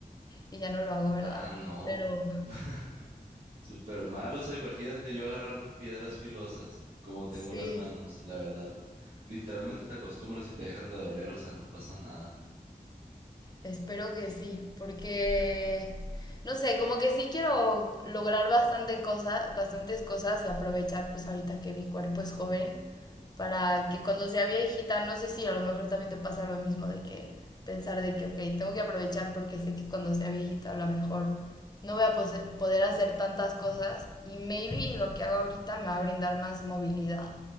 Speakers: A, on the left; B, on the right.
A: y ya no lo hago, ¿verdad?
B: Ah, no.
A: Pero
B: <laughs> Súper malo, o sea, imagínate yo agarrando piedras filosas, como tengo
A: sí.
B: las manos, la verdad. Literalmente te acostumbras y te dejan de doler, o sea, no pasa nada.
A: Espero que sí, porque no sé, como que sí quiero lograr bastante cosas, bastantes cosas y aprovechar pues ahorita que mi cuerpo es joven para que cuando sea viejita, no sé si a lo mejor también te pasa lo mismo de que pensar de que, ok, tengo que aprovechar porque sé que cuando sea viejita a lo mejor no voy a pose- poder hacer tantas cosas y maybe lo que hago ahorita me va a brindar más movilidad